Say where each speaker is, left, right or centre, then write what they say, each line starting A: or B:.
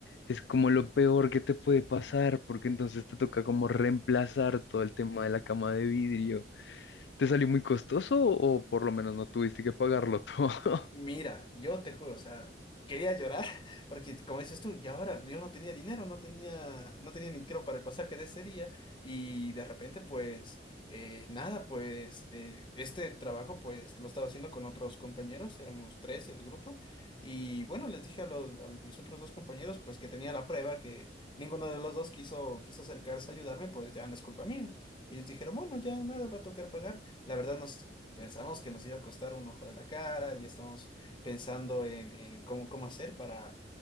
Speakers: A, on the left; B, on the left.
A: Es como lo peor que te puede pasar, porque entonces te toca como reemplazar todo el tema de la cama de vidrio. ¿Te salió muy costoso o por lo menos no tuviste que pagarlo todo <laughs>
B: Mira, yo te juro, o sea, quería llorar <laughs> porque como dices tú, y ahora yo no tenía dinero, no tenía, no tenía ni creo para el pasaje de ese día y de repente pues eh, nada, pues eh, este trabajo pues lo estaba haciendo con otros compañeros, éramos tres el grupo y bueno, les dije a los, a mis otros dos compañeros pues que tenía la prueba, que ninguno de los dos quiso, quiso acercarse a ayudarme, pues ya no es culpa mía. Y Ellos dijeron, bueno, ya nada, va a tocar pagar. La verdad no, Pensamos que nos iba a costar un ojo de la cara, ya estamos pensando en, en cómo, cómo hacer para,